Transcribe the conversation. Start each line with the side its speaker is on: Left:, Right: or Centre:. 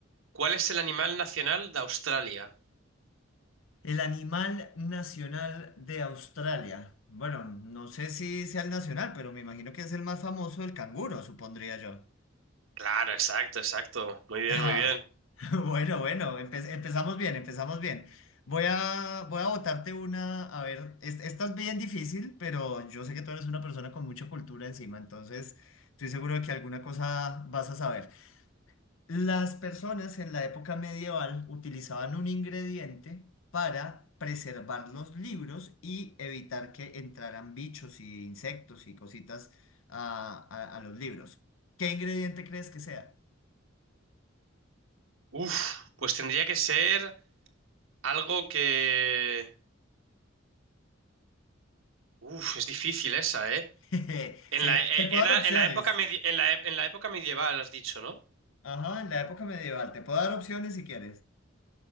Right: ¿cuál es el animal nacional de Australia?
Left: El animal nacional de Australia. Bueno, no sé si sea el nacional, pero me imagino que es el más famoso, el canguro, supondría yo.
Right: Claro, exacto, exacto. Muy bien,
Left: Ah,
Right: muy bien.
Left: <laughs> bueno, bueno, empe- empezamos bien, empezamos bien. Voy a, voy a botarte una, a ver, es- esta es bien difícil, pero yo sé que tú eres una persona con mucha cultura encima, entonces estoy seguro de que alguna cosa vas a saber. Las personas en la época medieval utilizaban un ingrediente para preservar los libros y evitar que entraran bichos y insectos y cositas a, a a los libros. ¿Qué ingrediente crees que sea?
Right: Uf, pues tendría que ser algo que... Uf, es difícil esa, ¿eh?
Left: <laughs>
Right: En
Left: Sí,
Right: la, eh,
Left: te puedo
Right: era-
Left: dar opciones.
Right: en la época medi- en la, e- en la época medieval, has dicho, ¿no?
Left: Ajá, en la época medieval. Te puedo dar opciones si quieres.